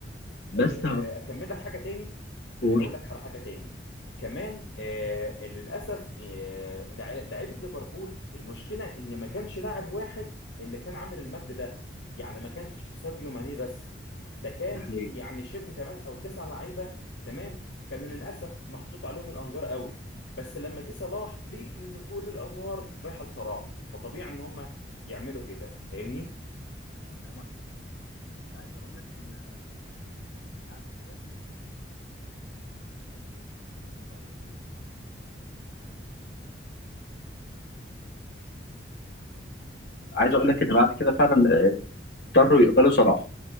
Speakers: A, on the left; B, on the left.
A: بس
B: آه، اكمل لك حاجه تاني
A: هقول
B: هقول لك على حاجه تاني كمان آه، للاسف آه، لع- لعيبه ليفربول المشكله ان ما كانش لاعب واحد اللي كان عامل المجد ده يعني ما كانش ساديو ماني بس ده كان
A: حقيقي
B: يعني شبه 8 او 9 لعيبه تمام كانوا للاسف محطوط عليهم الانظار قوي بس لما جه صلاح لقي ان كل الانوار رايحه لصلاح فطبيعي ان هم يعملوا كده فاهمني
A: أنا كنت عايز اقول لك ان بعد كده الوضع وصل ل- لانهم آه، اضطروا يقبلوا صلاح عايز اقول لك ان بعد كده فعلا آه، اضطروا يقبلوا صلاح